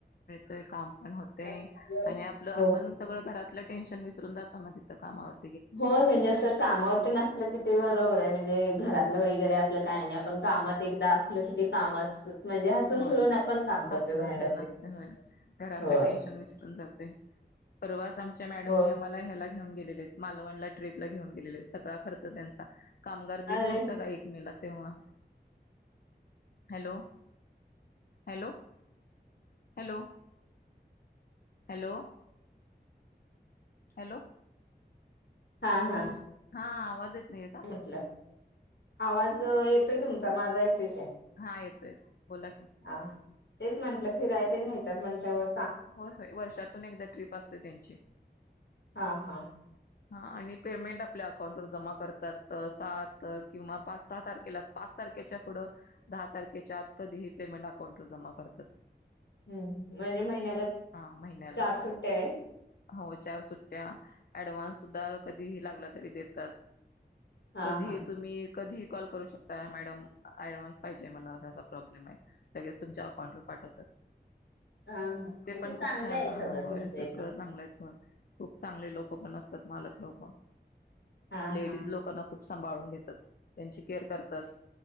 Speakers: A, on the left; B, on the left.
A: त काम ण होते
B: हो.
A: आणि आपलं आपण सगळं घरातलं टेन्शन विसरून जातो ना तिथं कामावर.
B: होय म्हणजे असं कामावरती नसलं कि, ते बरोबरय म्हणजे घरातलं वगैरे आपलं काय नाही. आपण कामात एकदा असल कि ते कामात म्हणजे हसून
A: होय,
B: खेळून आपण काम करतोय
A: हसून
B: बाहेर
A: खेळून
B: असले
A: असते
B: की.
A: होय. घरातलं
B: होय
A: टेन्शन विसरून जातय. परवाच आमच्या मॅडमनी
B: होय
A: आम्हाला ह्याला घेऊन गेलेले. मालवणला ट्रीपला घेऊन गेलेले सग ळा खर्च त्यांचा. कामगार दिन
B: अरे
A: नव्हता का? एक मे ला. तेंव्हा. Hello hello, hello hello hello
B: हा हा
A: हा आवाज येत नाहीये का?
B: म्हटलं आवाज येतोय तुमचा, माझा येतोय काय?
A: हा येतोय, येतोय. बोला की
B: हा. तेच म्हटलं फिराय तेन न्हेत्यात त्यात म्हटल्यावर
A: होय- होय, वर्षातून एकदा ट्रिप असते त्यांची
B: हा हा
A: हा आणि पेमेंट आपल्या अकाउंटवर जमा कर तात. सात किंवा पाच- सहा तारखेला, पाच तारखेच्या पुढं दहा तारखेच्या आत कधीही पेमेंट अकाउंटवर जमा कर तात.
B: हम्म, म्हणजे महिन्याला
A: महिन्याला
B: चार सुट्टयाय.
A: हो, चार सुट्टया अँडवान्स सुद्धा कधीही लागला तरी देतात.
B: हा
A: कधीही
B: हा
A: तुम्ही, कधीही कॉल करू शक तात. मॅडम ऍडव्हान्स पाहिजे मला. असा असा प्रॉब्लेमय, लगेच तुमच्या अकाउंट वर पाठवतात.
B: हा हा
A: ते
B: म्हणजे
A: पण
B: चांगलं
A: खूप छान
B: आहे
A: ह
B: सगळं
A: होय
B: तुमचं एकदम
A: सगळं चांगलंयत होय. खूप चांगले लोक पण अस मालक लोकं.
B: हा
A: लेडीज
B: हा
A: लोकांना खूप सांभाळून घेतात, त्यांची केअर करतात.